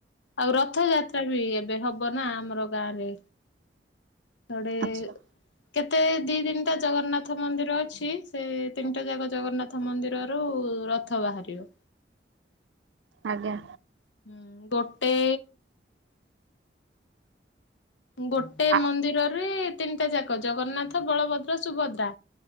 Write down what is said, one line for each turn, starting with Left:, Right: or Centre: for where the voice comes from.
Left: ଆଉ ରଥଯାତ୍ରା ବି ଏବେ ହବ ନା ଆମର ଗାଁରେ। <unintelligible>
Right: ଆଛା
Left: କେତେ ଦି ତିନ୍ ଟା ଜଗନ୍ନାଥ ମନ୍ଦିର ଅଛି ସେ ତିନ୍ ଟା ଯାକ ଜଗନ୍ନାଥ ମନ୍ଦିରରୁ ଉ ରଥ ବାହାରିବ।
Right: ଆଜ୍ଞା
Left: ହୁଁ ହୁଁ ଗୋଟେ ଗୋଟେ
Right: ଆଛା
Left: ମନ୍ଦିରରେ ତିନ୍ ଟା ଯାକ ଜଗନ୍ନାଥ ବଳଭଦ୍ର ସୁଭଦ୍ରା।